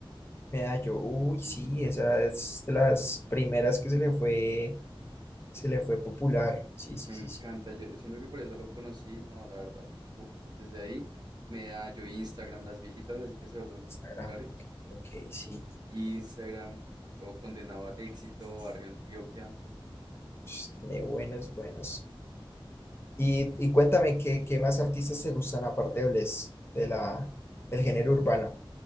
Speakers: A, on the left; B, on the right.
A: Medallo, uy, sí, esa es de las primeras que se le fue, se le fue popular, sí, sí,
B: Me
A: sí.
B: encanta,
A: sí.
B: yo siento que por eso lo conocí, no, la verdad. Uf, desde ahí, Medallo, Instagram, las viejitas, así que se vuelven
A: Instagram,
B: populares.
A: ok, ok, sí.
B: Instagram, o Condenado al Éxito, Barrio Antioquia.
A: Sh, Tiene buenos, buenos. Y, y cuéntame, ¿qué, qué más artistas te gustan aparte de Bless, de la, del género urbano?